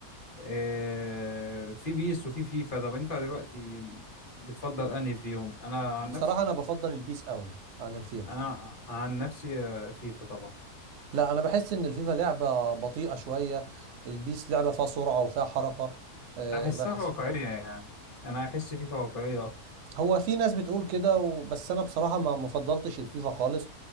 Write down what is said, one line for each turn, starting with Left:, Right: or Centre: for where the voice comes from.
Left: آه، في بيس وفي فيفا طب أنت دلوقتي بتفضل أنهي فيهم أنا عن
Right: بصراحه
Left: نفسي
Right: انا بفضل البيس قوي عن الفيفا
Left: أنا عن نفسي آه، فيفا طبعا
Right: لا انا بحس ان الفيفا لعبه بطيئه شويه البيس لعبه فيها سرعه وفيها حركه آه،
Left: أحسها
Right: بحس
Left: واقعية يعني أنا أحس فيفا واقعية أكتر
Right: هو في ناس بتقول كده و- بس انا بصراحه ما مفضلتش الفيفا خالص